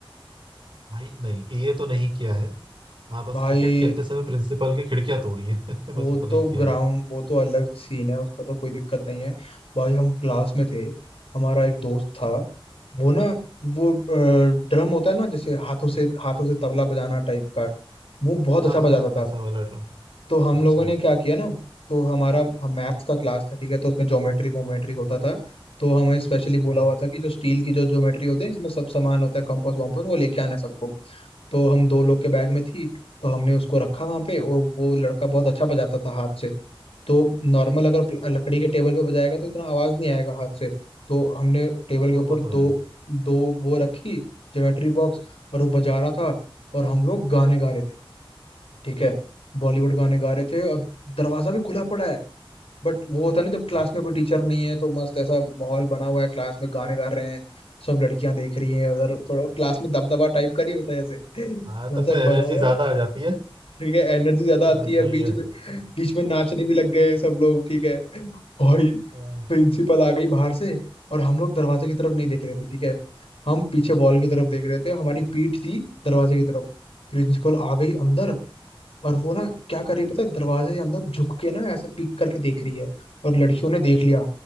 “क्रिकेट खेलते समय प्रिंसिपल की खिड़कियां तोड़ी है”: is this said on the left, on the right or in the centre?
Right